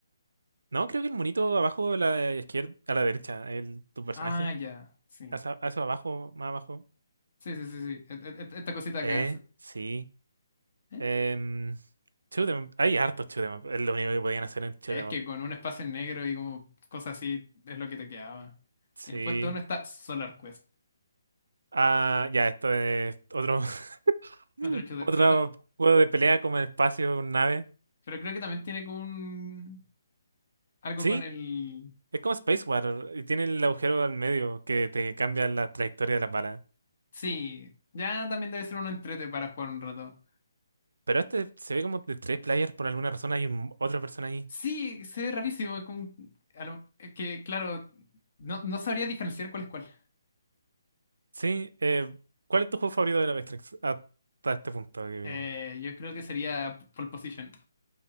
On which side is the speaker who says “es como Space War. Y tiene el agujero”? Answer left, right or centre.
Right